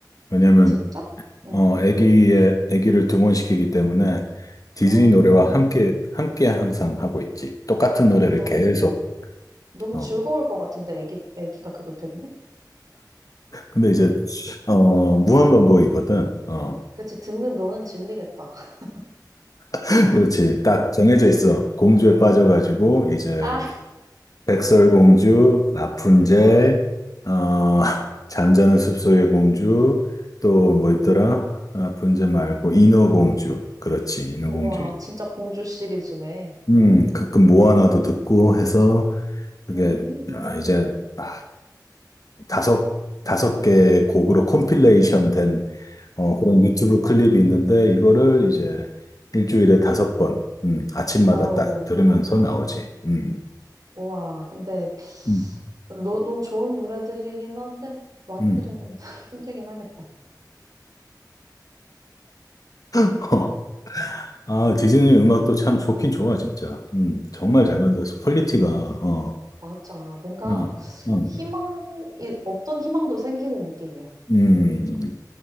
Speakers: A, on the left (about 55°); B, on the right (about 55°).
A: 왜냐면,
B: 진짜? 응.
A: 어, 애기의, 애기를 등원시키기 때문에 디즈니
B: 음,
A: 노래와 함께, 함께 항상 하고 있지. 똑같은 노래를
B: 어, 너무,
A: 계속.
B: 너무
A: 어.
B: 즐거울 것 같은데, 애기, 애기가 그걸 들으면?
A: 근데 이제, 어, 무한반복이거든. 어.
B: 그치, 듣는 너는 질리겠다. <laughs>
A: <laughs> 그렇지. 딱 정해져 있어. 공주에 빠져가지고, 이제,
B: 아,
A: 백설공주, 라푼젤,
B: 아,
A: 어, <laughs> 잠자는 숲속의 공주, 또 뭐 있더라? 라푼젤 말고 인어공주, 그렇지, 인어공주.
B: 우와, 진짜 공주 시리즈네.
A: 음, 가끔 모아나도 듣고 해서 그게
B: 음,
A: 아, 이제 아, 다섯 다섯 개 곡으로 컴필레이션 된 어, 그런 유튜브 클립이 있는데 이거를 이제 일주일에 다섯 번, 음, 아침마다
B: 아우,
A: 딱 들으면서 나오지. 음,
B: 우와, 근데,
A: 음,
B: 너, 너무 좋은 노래들이긴 한데, 많이
A: 음.
B: 들으면 <laughs> 힘들긴 하겠다.
A: <laughs> 아, 디즈니 음악도 참 좋긴 좋아, 진짜. 음, 정말
B: 음.
A: 잘 만들어서 퀄리티가, 어,
B: 맞아. 뭔가
A: 음, 음,
B: 희망이, 없던 희망도 생기는 느낌이야.
A: 음,